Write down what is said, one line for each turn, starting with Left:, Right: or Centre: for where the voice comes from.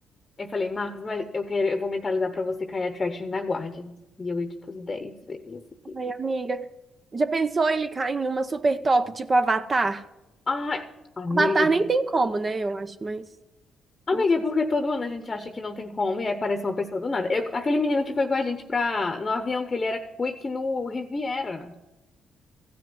Left: Eu falei, Marcos, mas eu quero, eu vou mentalizar pra você cair em Attractions na Guardians. E eu ia, tipo, dez vezes isso aqui.
Right: Ai, amiga. Já pensou ele cair em uma super top, tipo Avatar?
Left: Ai, amiga.
Right: Avatar nem tem como, né? Eu acho, mas.
Left: Amiga,
Right: Não sei
Left: é porque
Right: se-
Left: todo ano a gente acha que não tem como e aí aparece uma pessoa do nada. Eu- aquele menino que foi com a gente pra, no avião, que ele era quick no Riviera,